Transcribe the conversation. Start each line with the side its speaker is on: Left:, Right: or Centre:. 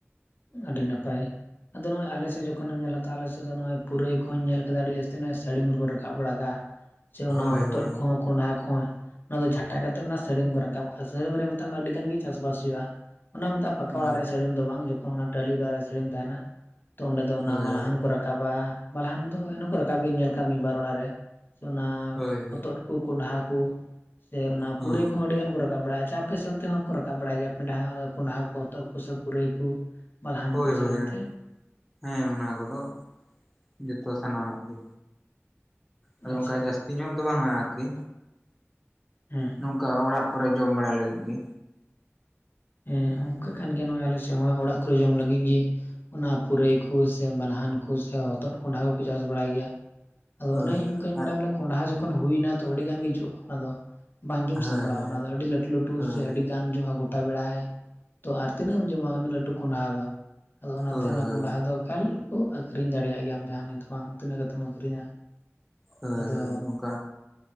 Left: ᱟᱹᱰᱤ ᱱᱟᱯᱟᱭ ᱟᱫᱚ ᱱᱚᱜᱚᱭ ᱟᱞᱮᱥᱮᱫ ᱡᱚᱠᱷᱚᱱᱮᱢ ᱧᱮᱞᱞᱟ ᱟᱞᱮᱥᱮᱫ ᱫᱚ ᱱᱚᱜᱼᱚᱭ ᱯᱩᱨᱟᱹᱭ ᱠᱚᱦᱚᱧ ᱧᱮᱞ ᱟᱠᱟᱫᱟ ᱟᱹᱰᱤ ᱡᱟᱹᱥᱛᱤ ᱥᱟᱹᱲᱤᱢ ᱨᱮᱠᱚ ᱨᱟᱠᱟᱵ ᱵᱟᱲᱟᱠᱟᱜᱼᱟ ᱥᱮ ᱚᱱᱟ
Centre: ᱦᱳᱭ
Left: ᱦᱚᱛᱚᱫ
Centre: ᱦᱳᱭ
Left: ᱠᱚᱦᱚᱸ ᱠᱚᱸᱰᱷᱟ ᱠᱚᱦᱚᱸ ᱚᱱᱟ ᱫᱚ ᱡᱷᱟᱴᱟ ᱠᱟᱛᱮᱫ ᱚᱱᱟ ᱥᱟᱹᱲᱤᱢ ᱠᱚ ᱨᱟᱠᱟᱵ ᱠᱟᱜᱼᱟ ᱥᱟᱹᱲᱤᱢ ᱨᱮ ᱢᱮᱛᱟᱜ ᱢᱮ ᱟᱹᱰᱤ ᱜᱟᱱ ᱜᱮ ᱪᱟᱥᱵᱟᱥ ᱦᱩᱭᱩᱜᱼᱟ ᱚᱱᱟ ᱢᱮᱛᱟᱜ ᱯᱟᱠᱟ
Centre: ᱦᱳᱭ
Left: ᱚᱲᱟᱜ ᱨᱮ ᱥᱟᱹᱲᱤᱢ ᱫᱚ ᱵᱟᱝ ᱡᱚᱠᱷᱚᱱ ᱚᱱᱟ ᱴᱟᱹᱞᱤ ᱚᱲᱟᱜ ᱨᱮ ᱥᱟᱹᱲᱤᱢ ᱛᱟᱦᱮᱱᱟ ᱛᱚ ᱚᱸᱰᱮ ᱚᱱᱟ
Centre: ᱦᱳᱭ
Left: ᱢᱟᱞᱦᱟᱱ ᱠᱚ ᱨᱟᱠᱟᱵ ᱨᱟᱠᱟᱵᱟ ᱢᱟᱞᱦᱟᱱ ᱫᱚ ᱮ ᱠᱚ ᱨᱟᱠᱟᱵ ᱜᱮᱭᱟᱧ ᱧᱮᱞ ᱠᱟᱜᱼᱟ ᱢᱤᱫ ᱵᱟᱨ ᱚᱲᱟᱜ ᱨᱮ ᱥᱮ ᱚᱱᱟ
Centre: ᱦᱳᱭ ᱦᱳᱭ
Left: ᱦᱚᱛᱚᱫ ᱠᱚᱸᱰᱟ ᱠᱚ ᱥᱮ ᱚᱱᱟ
Centre: ᱦᱮᱸ
Left: ᱯᱩᱨᱟᱹᱭ ᱠᱚᱦᱚᱸ ᱟᱹᱰᱤ ᱜᱟᱱ ᱠᱚ ᱨᱟᱠᱟᱵ ᱵᱟᱲᱟᱭᱟᱜᱼᱟ ᱟᱯᱮ ᱥᱮᱱ ᱚᱱᱛᱮ ᱦᱚᱸᱠᱚ ᱨᱟᱠᱟᱵ ᱵᱟᱲᱟᱭ ᱜᱮᱭᱟ ᱯᱮᱰ ᱠᱚᱸᱰᱷᱟᱟ ᱠᱚ ᱦᱚᱛᱚᱜ ᱠᱚ ᱥᱮ ᱯᱩᱨᱟᱹᱭ ᱠᱚ? ᱢᱟᱞᱦᱟᱱ
Centre: ᱦᱳᱭ
Left: ᱠᱚ ᱥᱟᱹᱲᱤᱢ
Centre: ᱦᱳᱭ
Left: ᱛᱮ
Centre: ᱦᱮᱸ ᱚᱱᱟ ᱠᱚᱫᱚ ᱡᱚᱛᱚ ᱥᱟᱱᱟᱢᱟᱜ ᱜᱮ ᱟᱫᱚ
Left: ᱟᱪᱪᱷᱟ
Centre: ᱚᱱᱠᱟ ᱡᱟᱹᱥᱛᱤ ᱧᱚᱜ ᱫᱚ ᱵᱟᱝᱟ ᱟᱨᱠᱤ
Left: ᱦᱮᱸ
Centre: ᱱᱚᱝᱠᱟ ᱚᱲᱟᱜ ᱠᱚᱨᱮ ᱡᱚᱢ ᱵᱟᱲᱟ ᱞᱟᱹᱜᱤᱫ ᱜᱮ
Left: ᱦᱮᱸ
Centre: ᱦᱩᱸ
Left: ᱚᱱᱠᱟ ᱠᱟᱱ ᱜᱮᱭᱟ ᱱᱚᱜᱼᱚᱭ ᱟᱞᱮᱥᱮᱫ ᱦᱚᱸᱜ ᱱᱚᱭ ᱚᱲᱟᱜ ᱠᱚᱨᱮ ᱡᱚᱢ ᱞᱟᱹᱜᱤᱫ ᱜᱮ ᱚᱱᱟ ᱯᱩᱨᱟᱹᱭ ᱥᱮ ᱢᱟᱞᱦᱟᱱ ᱠᱚ ᱥᱮ ᱦᱚᱛᱚᱫ ᱠᱚᱸᱰᱷᱟ ᱠᱚᱠᱚ ᱪᱟᱥ ᱵᱟᱲᱟᱭ ᱜᱮᱭᱟ ᱟᱫᱚ
Centre: ᱦᱳᱭ
Left: ᱚᱱᱮᱧ ᱚᱱᱠᱟᱧ
Centre: ᱦᱳᱭ
Left: ᱵᱟᱰᱟᱭ ᱵᱚᱞᱮ ᱠᱚᱸᱰᱦᱷᱟ ᱡᱚᱠᱷᱚᱱ ᱦᱩᱭᱱᱟ ᱛᱚ ᱟᱹᱰᱤ ᱜᱟᱱ ᱜᱮ ᱡᱚᱜᱼᱟ ᱚᱱᱟ ᱫᱚ ᱵᱟᱝᱜᱮᱢ
Centre: ᱦᱳᱭ
Left: ᱥᱟᱢᱵᱲᱟᱜᱣᱟ
Centre: ᱦᱳᱭ
Left: ᱚᱱᱟ ᱫᱚ ᱟᱹᱰᱤ ᱞᱟᱹᱴᱩ ᱞᱟᱹᱴᱩ
Centre: ᱦᱳᱭ
Left: ᱥᱮ ᱟᱹᱰᱤ ᱜᱟᱱ ᱡᱚᱜ ᱟ ᱜᱳᱴᱟ ᱵᱮᱲᱟᱭ ᱛᱚ ᱟᱨ ᱛᱤᱱᱟᱹᱜ ᱮᱢ ᱡᱚᱢᱟ ᱩᱱᱟᱹᱜ ᱞᱟᱹᱴᱩ ᱠᱚᱸᱰᱷᱟ ᱫᱚ ᱟᱫᱚ ᱚᱱᱟᱛᱮ
Centre: ᱦᱳᱭ
Left: ᱚᱱᱟ
Centre: ᱦᱳᱭ ᱦᱳᱭ
Left: ᱠᱚᱸᱰᱷᱟ ᱫᱚ ᱮᱠᱟᱞ ᱠᱚ ᱟᱠᱷᱨᱤᱧ ᱫᱟᱲᱮᱭᱟᱜ ᱜᱮᱭᱟᱢ ᱡᱟᱦᱟᱸᱱ ᱫᱚ ᱵᱟᱝ ᱛᱤᱱᱟᱹᱜ ᱠᱟᱛᱮᱢ ᱟᱹᱠᱷᱨᱤᱧᱟ
Centre: ᱦᱳᱭ
Left: ᱟᱫᱚ
Centre: ᱦᱳᱭ ᱱᱚᱝᱠᱟ